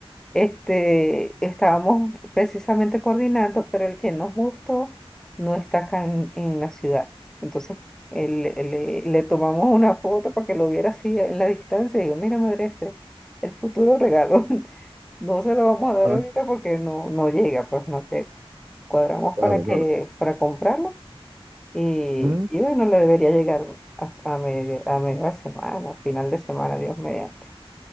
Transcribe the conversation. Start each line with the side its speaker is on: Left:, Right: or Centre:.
Centre: este, estábamos precisamente coordinando, pero el que nos gustó no está acá en, en la ciudad. Entonces el- le, le tomamos una foto para que lo viera así en la distancia. Digo, mira, madre, este es el futuro regalo. <laughs> No se lo vamos a dar
Right: Ajá,
Centre: ahorita porque no, no llega, pues no llega. Cuadramos
Right: claro,
Centre: para que,
Right: claro.
Centre: para comprarlo y,
Right: Mm,
Centre: y bueno, le debería llegar a, a, media, a media semana, a final de semana, Dios mediante.